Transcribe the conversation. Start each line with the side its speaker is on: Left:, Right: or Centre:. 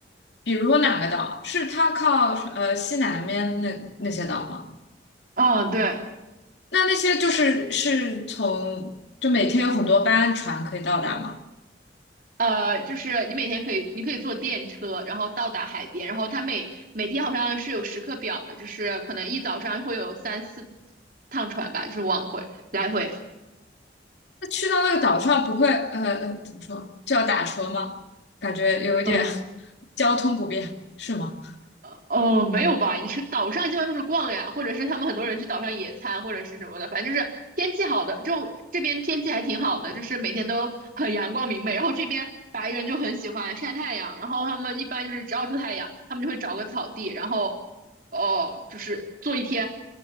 Left: 比如说哪个岛？是它靠呃西南面那那些岛吗？
Right: 啊，对，
Left: 那那些就是是从就每天有很多班船可以到达吗？
Right: 呃，就是你每天可以，你可以坐电车，然后到达海边，然后它每每天好像是有时刻表的，就是可能一早上会有三四趟船吧，就是往回来回。
Left: 那去到那个岛上不会呃呃怎么说就要打车吗？感觉有一点
Right: 嗯
Left: <laughs> 交通不便，是吗？
Right: 呃哦，没有吧？你去岛上基本上就是逛呀，或者是他们很多人去岛上野餐，或者是什么的，反正就是天气好的，就这边天气还挺好的，就是每天都很阳光明媚。然后这边白人就很喜欢晒太阳，然后他们一般就是只要出太阳，他们就会找个草地，然后哦，就是坐一天，